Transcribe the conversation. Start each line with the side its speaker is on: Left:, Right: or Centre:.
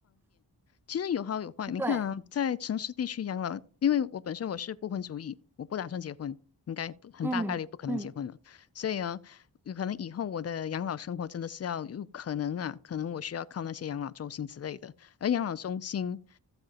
Left: 其实有好有坏。
Centre: <laughs>
Left: 你看啊，
Centre: 对，
Left: 在城市地区养老，因为我本身我是不婚主义，我不打算结婚，应该不很大概率不可能结婚了。
Centre: 嗯嗯，
Left: 所以啊，有可能以后我的养老生活真的是要有可能啊，可能我需要靠那些养老中心之类的。而养老中心